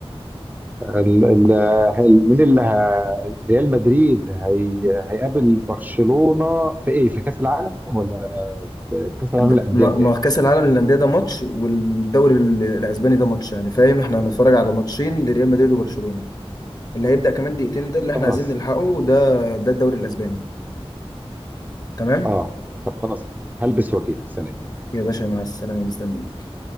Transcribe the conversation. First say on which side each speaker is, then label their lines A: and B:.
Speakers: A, on the right; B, on the left.
A: ال- ال- هل- مين اللي ه... ريال مدريد هي... هيقابل برشلونة في ايه في كأس العالم ولا في كأس العالم
B: د-
A: للأندية
B: ما
A: بتاعي
B: ما كأس العالم للأندية ده ماتش والدوري ال- الأسباني ده ماتش يعني فاهم احنا هنتفرج على ماتشين لريال مدريد وبرشلونة اللي هيبدأ كمان دقيقتين ده اللي احنا
A: خلاص
B: عايزين نلحقه ده ده الدوري الأسباني تمام
A: اه طب خلاص هلبس واجيلك سلام
B: يا باشا مع السلامة مستنيك